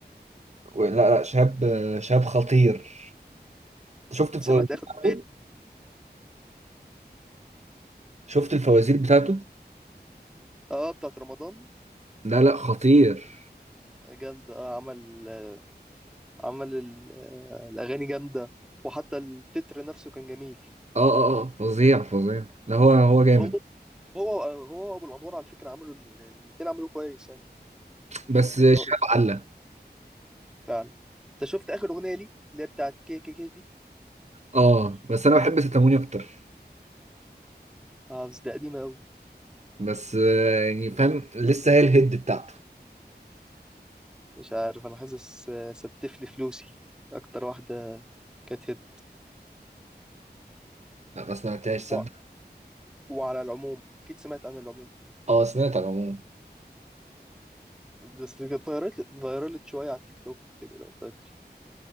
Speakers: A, on the right; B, in the centre.
A: و- لا لا شاب شاب خطير شفت الفوازير
B: سمعت اخر
A: بتاعته
B: اغنيه
A: شفت الفوازير بتاعته
B: اه بتاعت رمضان
A: لا لا خطير
B: جامده اه عمل آه عمل ال- آه الاغاني جامده وحتى التتر نفسه كان جميل
A: اه اه اه فظيع فظيع لا هو هو جامد
B: هو هو هو ابو الانوار على فكره عملوا ال- يعني الاتنين عملوا كويس يعني
A: بس
B: من
A: شاب
B: رايي
A: عله
B: فعلا انت شفت اخر اغنيه لي اللي هي بتاعت كي كي كي دي
A: اه بس انا بحب ستاموني اكتر
B: اه بس ده قديمه قوي
A: بس آه، يعني فاهم لسه هي الهيد بتاعته
B: مش عارف انا حاسس آه، ستف لي فلوسي اكتر واحده كانت هيت
A: لا ما سمعتهاش صدق
B: و... وعلى العموم اكيد سمعت عن العموم
A: اه سمعت على العموم
B: بس كانت فايرال- فايرالت شوية على التيك توك كده لو فاكر